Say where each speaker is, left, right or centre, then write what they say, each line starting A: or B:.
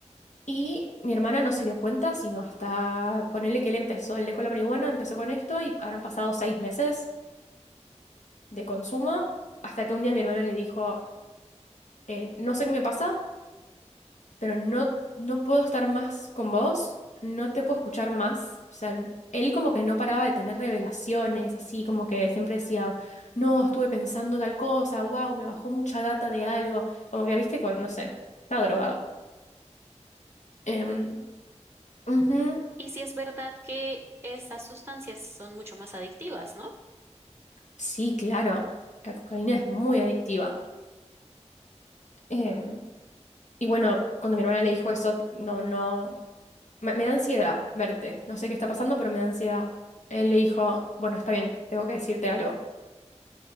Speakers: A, on the left; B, on the right.
A: Y mi hermana no se dio cuenta, sino hasta ponerle que él empezó, él dejó la marihuana, empezó con esto y habrán pasado seis meses de consumo, hasta que un día mi hermana le dijo, eh, no sé qué me pasa, pero no, no puedo estar más con vos, no te puedo escuchar más. O sea, n- él como que no paraba de tener revelaciones, así como que siempre decía, "Oh, no, estuve pensando tal cosa, wow, me bajó mucha data de algo. Como que, viste, con- no sé, estaba drogado. Em,
B: no.
A: ujú,
B: Y si es verdad que esas sustancias son mucho más adictivas, ¿no?
A: Sí, claro, la cocaína es muy adictiva. Em, y bueno, cuando mi hermana le dijo eso, t- no, no, me, me da ansiedad verte, no sé qué está pasando, pero me da ansiedad. Él le dijo, bueno, está bien, tengo que decirte algo.